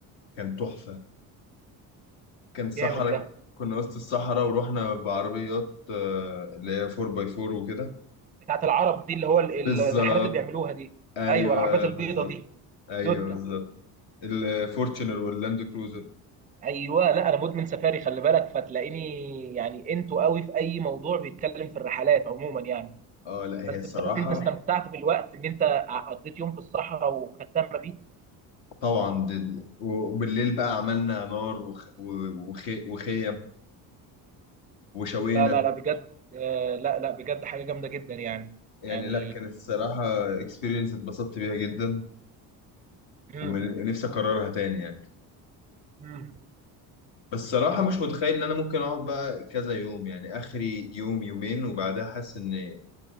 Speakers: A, on the left; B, on the right.
A: كان تحفة كان صحراء
B: جامد ده
A: كنا وسط الصحراء ورحنا بعربيات آه، اللي هي 4 باي 4 وكده
B: بتاعت العرب دي اللي هو ال- ال-
A: بالظبط
B: الرحلات اللي بيعملوها دي
A: ايوه
B: ايوه العربيات البيضه
A: بالظبط
B: دي
A: ايوه
B: يوتا
A: بالظبط الفورتشنر واللاند كروزر
B: ايوه لا انا مدمن سفاري خلي بالك فتلاقيني يعني انتوا قوي في اي موضوع بيتكلم في الرحلات عموما يعني
A: اه لا
B: بس
A: هي الصراحه
B: بجد انت استمتعت بالوقت ان انت قضيت يوم في الصحراء وختمنا بيه
A: طبعا دل... وبالليل بقى عملنا نار وخ... وخ... وخيم وشوينا
B: لا لا لا بجد آه، لا لا بجد حاجة جامدة جدا يعني
A: يعني
B: يعني
A: لا كانت الصراحه اكسبيرينس اتبسطت بيها جدا
B: مم.
A: ونفسي اكررها تاني يعني
B: مم.
A: بس الصراحه مش متخيل ان انا ممكن اقعد بقى كذا يوم يعني اخري يوم يومين وبعدها حاسس ان